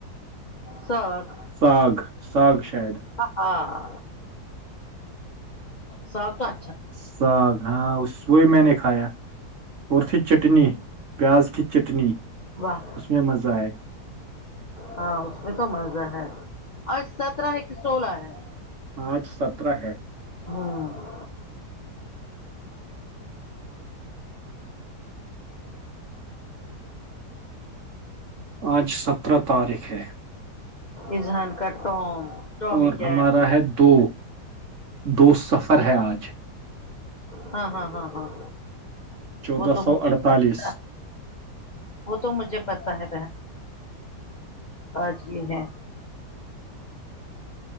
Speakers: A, on the left (about 40°); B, on the right (about 55°).
A: ساگ
B: ساگ ساگ شاید
A: ہاں سو کا
B: ساگ ہاں اس وہ میں نے کھایا اور تھی چٹنی پیاز کی چٹنی
A: واہ
B: اس میں مزہ آئے
A: ہاں اس میں تو مزہ ہے اور سترہ ہے کہ سولہ ہے
B: آج سترہ ہے
A: ہاں
B: آج سترہ تاریخ ہے
A: اذہان کا ٹوم ٹومی
B: اور
A: کیٹ
B: ہمارا ہے دو دو سفر ہے آج
A: ہاں ہاں ہاں ہاں
B: چودہ
A: وہ تو
B: سو
A: مجھے
B: اڑتالیس
A: پتا وہ تو مجھے پتا ہے آج بھی ہے